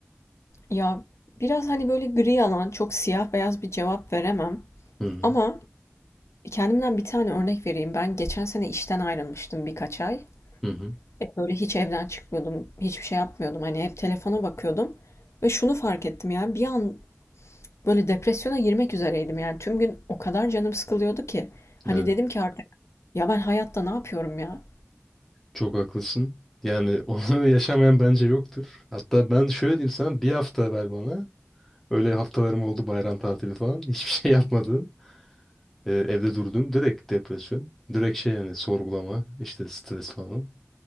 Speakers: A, on the left; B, in the centre.
A: Ya biraz hani böyle gri alan, çok siyah beyaz bir cevap veremem.
B: Hı hı.
A: Ama kendimden bir tane örnek vereyim. Ben geçen sene işten ayrılmıştım birkaç ay.
B: Hı hı.
A: E, Böyle hiç evden çıkmıyordum, hiçbir şey yapmıyordum. Hani hep telefona bakıyordum. Ve şunu fark ettim yani bir an böyle depresyona girmek üzereydim. Yani tüm gün o kadar canım sıkılıyordu ki. Hani
B: Evet,
A: dedim ki artık ya ben hayatta ne yapıyorum ya?
B: çok haklısın. Yani onu <laughs> yaşamayan bence yoktur. Hatta ben şöyle diyeyim sana bir hafta ver bana. Öyle haftalarım oldu bayram tatili falan. Hiçbir şey yapmadığım. Ee, evde durduğum direkt depresyon. Direkt şey yani sorgulama, işte stres falan.